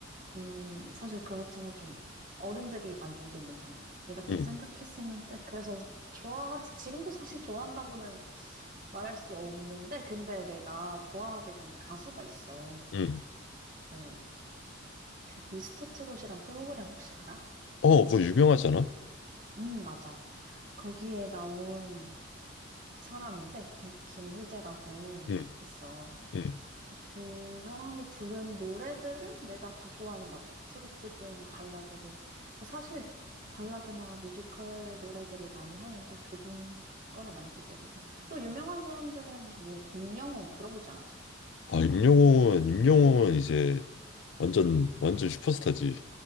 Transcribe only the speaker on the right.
음, 사실 그렇잖아. 좀 어른들이 많이 듣는 장르. 이렇게
생각했었는데, 그래서 좋아하지, 지금도 사실 좋아한다고는 말할 수 없는데, 근데 내가 좋아하게 된 가수가 있어.
그 그 미스터 트롯이란 프로그램 혹시 알아?
응, 맞아. 거기에 나온 사람인데 그 김희재라고
있어.
그 사람이 부른 노래들을 내가 다 좋아하는 것 같아. 트로트든 뭐 발라드든. 사실 발라드나 뮤지컬 노래들을 많이 하는데 그분 거를 많이 듣게 되고 또 유명한 사람들은 뭐 임영웅 들어보지 않았어?